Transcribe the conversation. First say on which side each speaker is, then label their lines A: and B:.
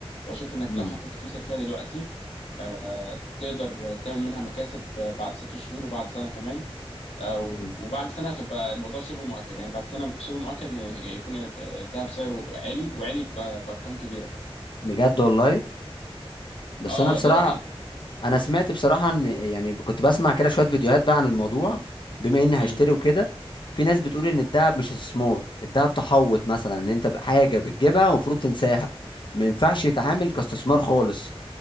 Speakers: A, on the left; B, on the left.
A: بشوف انك
B: مم.
A: لو حطيت فلوسك فيها دلوقتي آه، تقدر تعمل منها مكاسب آه، بعد ست شهور وبعد سنة كمان آه، و-
B: مم.
A: وبعد سنة هتبقى الموضوع شبه مؤكد يعني بعد سنة شبه مؤكد ان يكون الذهب سعره عالي وعالي ب- بأرقام كبيرة كمان
B: بجد والله بس
A: اه
B: انا بصراحه
A: ده رأيي في
B: انا سمعت بصراحه ان يعني كنت بسمع كده شويه فيديوهات بقى عن الموضوع بما اني
A: امم
B: هشتري وكده في ناس بتقول ان الدهب مش استثمار الدهب تحوط مثلا ان انت ب- حاجه بتجيبها المفروض تنساها ما ينفعش يتعامل كاستثمار خالص